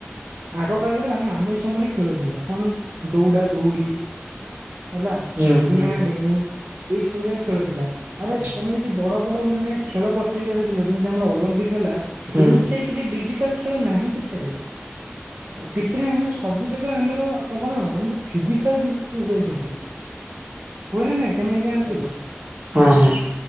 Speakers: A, on the right; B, on the right.
A: ଆଗ କାଳରେ ଭାଇ ଆମରି ସମୟରେ ଖେଳଥିଲା କଣ ଦୌଡା-ଦୌଡି ହେଲା
B: ହୁଁ
A: ଡିଆଁ
B: ହୁଁ
A: ଡେଇଁ ଏଇ ସବୁ ଯାକ ଖେଳୁଥଲା, ଆରେ
B: ହୁଁ
A: ତମେ ଯଦି ବଡ ବଡ ମାନେ ଖେଳ ପ୍ରତିଯୋଗିତା ଦେଖିବ ଯେମ୍ତି ଆମର ଅଲମ୍ପିକ୍ ହେଲା,
B: ହୁଁ
A: ଏମିତି କିଛି ଡିଜିଟାଲ୍ ଖେଳ ନାହିଁ ସେଥରେ,
B: ଓକେ
A: ସିଥେରେ ଆମର ସବୁ ଯାକ ଆମର କଣ ଆମର ଫିଜିକାଲ୍ ଜିନିଷ ସବୁ ହୁଏ ସେଠି। ହୁଏ ନା ନାଇଁ ତମେ ନିଜେ ଜାଣିଥିବ
B: ହଁ-ହଁ।